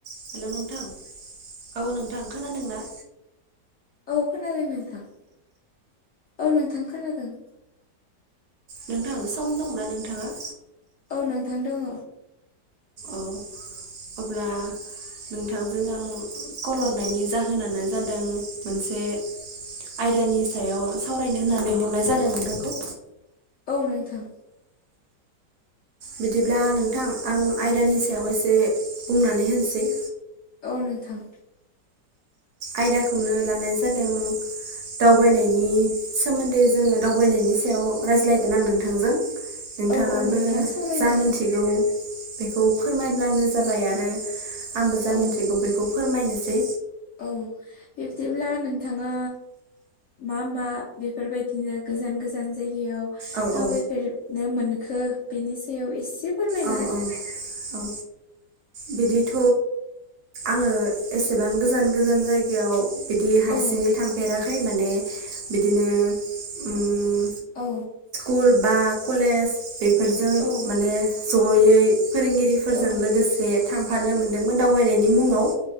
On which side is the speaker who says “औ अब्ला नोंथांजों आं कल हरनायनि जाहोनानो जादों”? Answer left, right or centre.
Right